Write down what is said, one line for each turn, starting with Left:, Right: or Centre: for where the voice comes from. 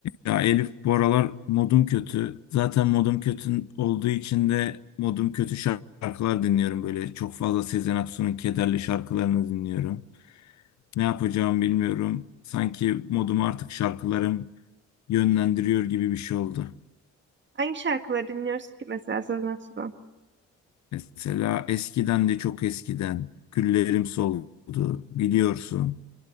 Left: Ya Elif bu aralar modum kötü. Zaten modum kötü olduğu için de modum kötü şarkılar dinliyorum böyle. Çok fazla Sezen Aksu'nun kederli şarkılarını dinliyorum. Ne yapacağımı bilmiyorum. Sanki modumu artık şarkılarım yönlendiriyor gibi bir şey oldu.
Right: Hangi şarkıları dinliyoruz ki mesela Sezen Aksu'dan?
Left: Mesela eskiden de çok eskiden güllerim soldu biliyorsun.